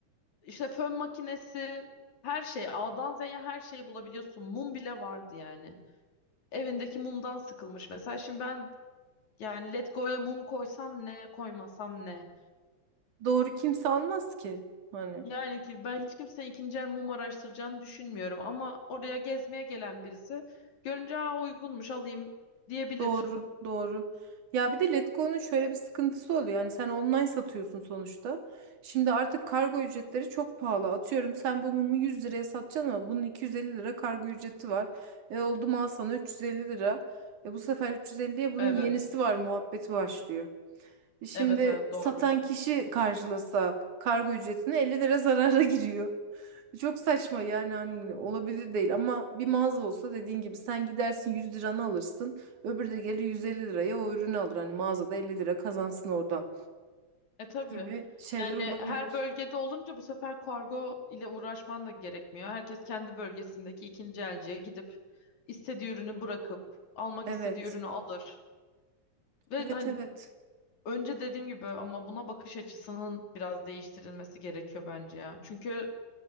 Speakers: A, on the left; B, on the right.
A: İşte fön makinesi, her şey, A'dan Z'ye her şeyi bulabiliyorsun. Mum bile vardı yani. Evindeki mumdan sıkılmış mesela. Şimdi ben yani Letgo'ya mum koysam ne, koymasam ne?
B: Doğru kimse almaz ki. Hani.
A: Yani ki ben hiç kimsenin ikinci el mum araştıracağını düşünmüyorum ama oraya gezmeye gelen birisi görünce Aa, uygunmuş alayım diyebilir.
B: Doğru, doğru. Ya bir de Letgo'nun şöyle bir sıkıntısı oluyor. Yani sen online satıyorsun sonuçta. Şimdi artık kargo ücretleri çok pahalı. Atıyorum sen bu mumu 100 liraya satacaksın ama bunun 250 lira kargo ücreti var. E oldu mu al sana 350 lira. E bu sefer 350'ye bunun
A: Evet.
B: yenisi var muhabbeti başlıyor. Şimdi
A: Evet evet doğru.
B: satan kişi karşılasa kargo ücretine 50 lira <laughs> zarara giriyor. Çok saçma yani hani olabilir değil ama bir mağaza olsa dediğin gibi sen gidersin 100 liranı alırsın. Öbürü de gelir 150 liraya o ürünü alır. Hani mağazada 50 lira kazansın oradan
A: E tabii.
B: gibi şeyler
A: Yani
B: olabilir.
A: her bölgede olunca bu sefer kargo ile uğraşman da gerekmiyor. Herkes kendi bölgesindeki ikinci elciye gidip istediği ürünü bırakıp almak
B: Evet.
A: istediği ürünü alır. Ve
B: Evet
A: hani
B: evet.
A: önce dediğim gibi ama buna bakış açısının biraz değiştirilmesi gerekiyor bence ya. Çünkü